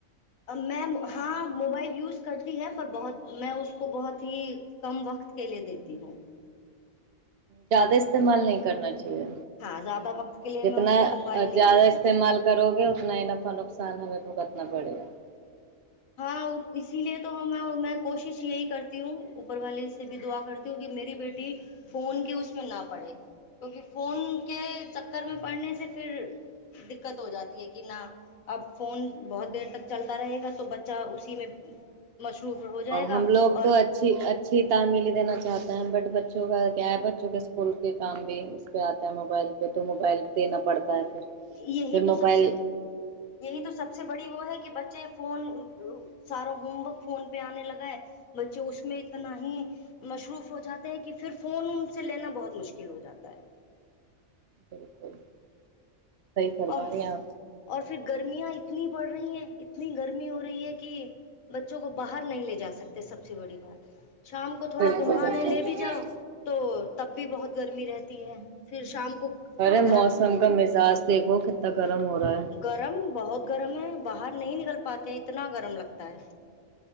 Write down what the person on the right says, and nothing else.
زیادہ استعمال نہیں کرنا چاہیے
جتنا
زیادہ
استعمال کرو گے اتنا ہی نفع نقصان ہمیں <unintelligible> وہکتنا پڑے گا <unintelligible>
ا
ہم لوگ
تو اچھی اچھی تعمیلی دینا چاہتے ہیں بٹ بچوں کا کیا ہے بچوں کے اسکول کے کام بھی <unintelligible> پہ آتا ہے موبائل پہ تو <unintelligible> ول دینا پڑتا ہے <unintelligible>
پھر موبائل
بالکل <unintelligible> فرما
رہی ہیں آپ
بالکل
بالکل
ارے
موسم کا مزاج دیکھو کتنا گرم ہو رہا ہے